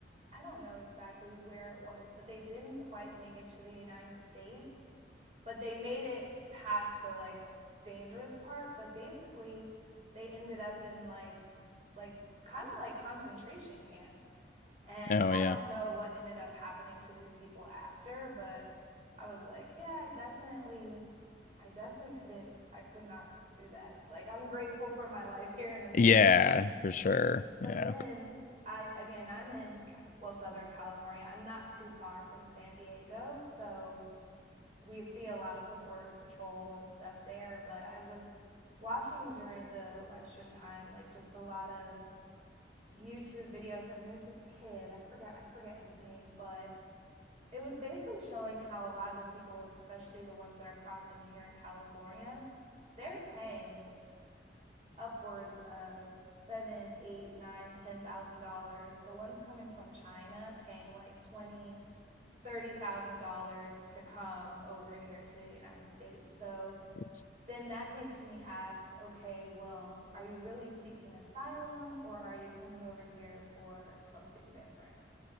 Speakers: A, on the right; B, on the left.
A: I don't know exactly where it was, but they didn't quite make it to the United States, but they made it past the like dangerous part, but basically they ended up in like like kind of like concentration camps And
B: oh
A: I
B: yeah.
A: don't know what ended up happening to these people after, but I was like, yeah, I definitely I definitely couldn't I could not do that. Like I'm grateful for my life here in America.
B: Yeah, for sure.
A: But
B: Yeah.
A: then I again, I'm in well, Southern California. I'm not too far from San Diego, so we see a lot of the border patrol and stuff there, but I was watching during the election time like just a lot of YouTube videos, and there's this kid. I forget. I forget his name, but it was basically showing how a lot of the people, especially the ones that are crossing here in California, they're paying upwards of seven, eight, nine, ten thousand dollars. The ones coming from China paying like twenty, thirty thousand dollars to come over here to the United States. So
B: It's-
A: then that makes me ask okay, well, are you really seeking asylum or are you coming over here for something different?